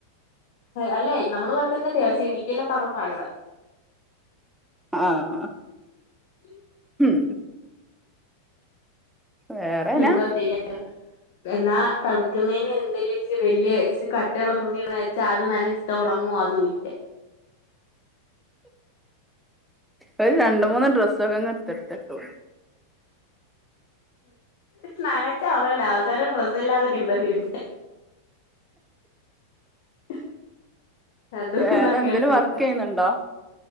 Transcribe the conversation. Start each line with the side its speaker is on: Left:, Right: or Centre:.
Left: അല്ലെ നമ്മള് പത്തനംതിട്ടയാ പക്ഷെ ഇടുക്കീലെ തണുപ്പാ ഇവിടെ
Centre: ആഹ്
Left: ഉ
Centre: ഉം വേറെനാ
Left: എന്താ ചെയ്യാ <unintelligible> എന്നാ തണുക്കുന്നേന് എന്തേലും ഇച്ചിരി വെല്ല്യ ഇച്ചിരി കട്ടിയുള്ള തുണിയിടാന്ന് വച്ചാ അത് നനച്ചാ തൊടങ്ങും <unintelligible> അതും ഇല്ല
Centre: ഒരു രണ്ട് മൂന്ന് ഡ്രസ്സൊക്കെ അങ്ങ് എടുത്തെടുത്ത് ഇട്ടു
Left: നനച്ച് <unintelligible> അവസാനം ഡ്രസ്സില്ലാതെ നിക്കണ്ടി വരും പിന്നെ ഉ രണ്ടുന്നൊക്കെ
Centre: വേറെ എന്തേലും
Left: എടുത്തിട്ടാ
Centre: വർക്ക് ചെയ്യുന്നുണ്ടോ